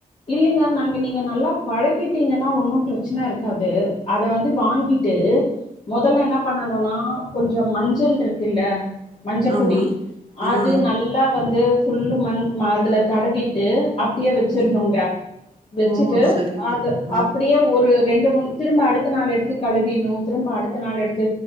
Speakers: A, on the left; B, on the right.
A: இல்லிங்க நாங்க நீங்க நல்லா பழக்கிட்டீங்கன்னா ஒன்னு பிரச்சன இருக்காது அத வந்து வாங்கிட்டு மொதல்ல என்ன பண்ணனுனா கொஞ்சோ மஞ்சள் இருக்குல்ல மஞ்ச
B: ஆமா
A: பொடி அது
B: ஆ ஆ
A: நல்லா வந்து ஃபுல்லும் மண் அதுல தடவிட்டு அப்டியே வச் வெச்சிருனுங்க
B: ம்
A: வெச்சுட்டு
B: ஓ சரி
A: அது
B: ம்
A: அப்புடியே ஒரு ரெண்டு மூணு திரும்ப அடுத்த நாள் எடுத்து கழுவிர்ணு திரும்ப அடுத்த நாள் எடுத்து